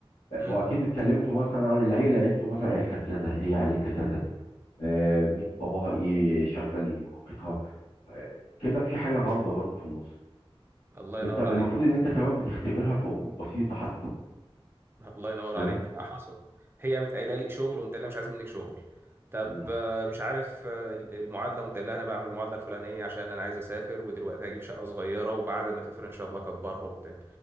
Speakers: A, on the left; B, on the right.
A: آه،
B: امم
A: واكيد اتكلمتوا مثلا عن العيلة انتوا مثلا عيلتك كذا هي عيلتها كذا آه، مين باباها ايه شغال ايه مامتها كده في حاجه غامضه برضو في النص
B: الله
A: انت
B: ينور
A: المفروض
B: عليك
A: ان انت كمان بتختبرها في امور بسيطه حتى خد
B: الله ينور
A: بالك
B: عليك آه، حصل هي قامت قايله لي شغل وقمت قايل لها مش عايز منك شغل طب
A: مم.
B: آه، مش عارف آه، ال- المعادله وقمت قايل لها انا بعمل المعادله الفلانيه عشان انا عايز اسافر ودلوقتي هجيب شقه صغيره وبعد ما اسافر ان شاء الله اكبرها وبتاع